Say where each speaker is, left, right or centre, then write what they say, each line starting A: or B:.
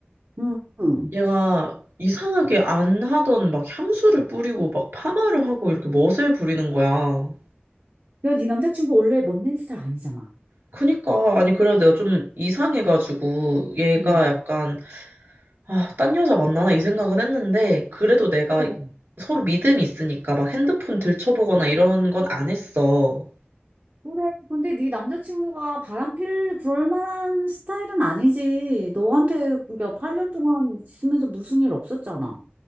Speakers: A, on the right; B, on the right.
A: 응. 응.
B: 얘가 이상하게 안 하던 막 향수를 뿌리고 막 파마를 하고 이렇게 멋을 부리는 거야.
A: 야, 네 남자친구 원래 멋낸 스타일 아니잖아.
B: 그니까, 아니, 그래도 내가 좀 이상해가지고 얘가
A: 응.
B: 약간 아, 딴 여자 만나나 이 생각은 했는데, 그래도 내가
A: 어.
B: 서로 믿음이 있으니까 막 핸드폰 들춰보거나 이런 건 안 했어.
A: 그래. 근데 네 남자친구가 바람필 그럴 만한 스타일은 아니지. 너한테 그게 8년 동안 있으면서 무슨 일 없었잖아.